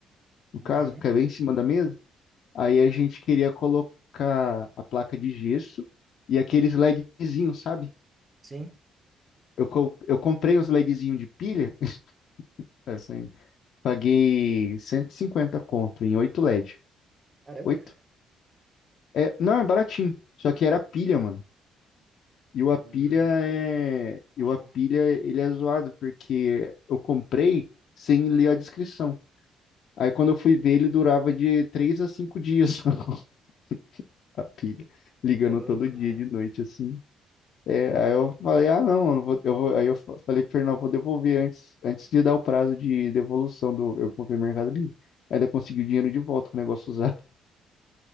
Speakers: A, on the left; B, on the right.
A: no caso,
B: Uhum,
A: fica bem em cima da mesa. Aí a gente queria colocar a placa de gesso e aqueles LEDzinhos, sabe?
B: sim.
A: Eu, co- eu comprei uns LEDzinhos de pilha, <laughs> assim, paguei 150 conto em 8 LED.
B: Caramba,
A: oito
B: cara.
A: É, não, é baratinho, só que era pilha, mano. E o Apilha
B: Hum,
A: é, e
B: entendi.
A: o Apilha ele é zoado porque eu comprei sem ler a descrição. Aí quando eu fui ver ele durava de três a cinco dias <laughs> a pilha, ligando
B: Ô, louco,
A: todo dia
B: cara.
A: de noite assim. É, aí eu falei, ah não, eu não vou, eu vou, aí eu fa- falei pro Fernando, eu vou devolver antes, antes de dar o prazo de devolução do, eu comprei no Mercado Livre. Ainda consegui o dinheiro de volta com o negócio usado.